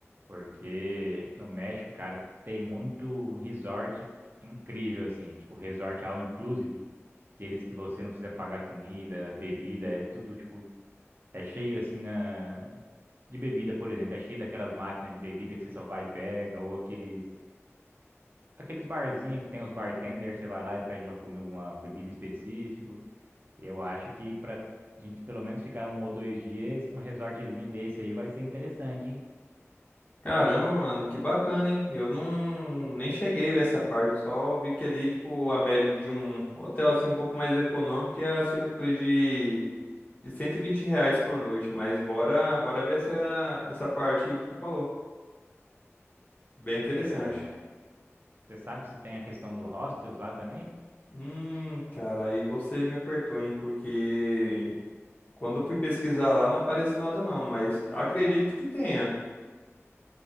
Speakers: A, on the right; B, on the left.
A: Porque no México, cara, tem muito resort incrível, assim. Tipo, resort all inclusive. Aqueles que você não precisa pagar comida, bebida, é tudo, tipo, é cheio assim na. De bebida, por exemplo, é cheio daquelas máquinas de bebida que você só vai e pega, ou aqueles. Aqueles barzinhos que tem os bartenders, você vai lá e pede uma, comi- uma bebida específica. Eu acho que para a gente pelo menos ficar um ou dois dias, um resortzinho desse aí vai ser interessante, hein?
B: Caramba, mano, que bacana, hein? Eu não nem cheguei a ver essa parte, eu só vi que ali, tipo, a média de um hotel, assim, um pouco mais econômico ia ser uma coisa de, de 120 reais por noite, mas bora, bora ver essa, essa parte aí que tu falou. Bem interessante.
A: É, você sabe se tem a questão do hostels lá também?
B: Hum, cara, aí você me apertou, hein? Porque quando eu fui pesquisar lá não apareceu nada não, mas acredito que tenha.